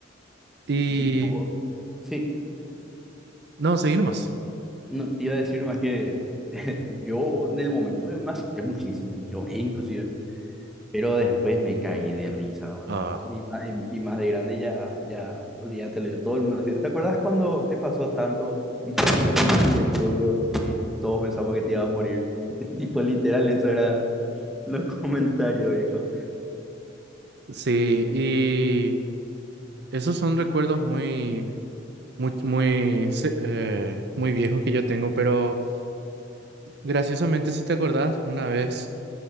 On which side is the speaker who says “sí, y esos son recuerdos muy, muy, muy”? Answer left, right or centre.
Right